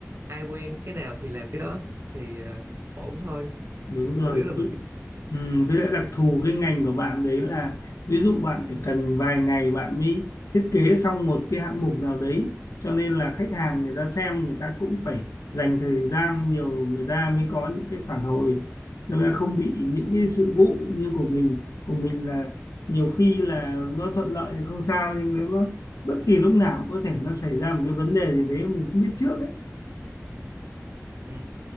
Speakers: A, on the right; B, on the left.
A: ai quen cái nào thì làm cái đó thì ờ, ổn thôi
B: Đúng
A: ừ,
B: rồi
A: chủ yếu là mình biết
B: Ừ, với lại đặc thù cái ngành của bạn đấy là ví dụ bạn phải cần vài ngày bạn mới thiết kế xong một cái hạng mục nào đấy cho nên là khách hàng người ta xem người ta cũng phải dành thời gian nhiều người ta mới có những cái phản hồi nên là không bị những cái sự vụ như của mình của mình là nhiều khi là nó thuận lợi thì không sao nhưng nếu nó bất kỳ lúc nào cũng có thể nó xảy ra một cái vấn đề gì đấy mà mình không biết trước ấy
A: ừ,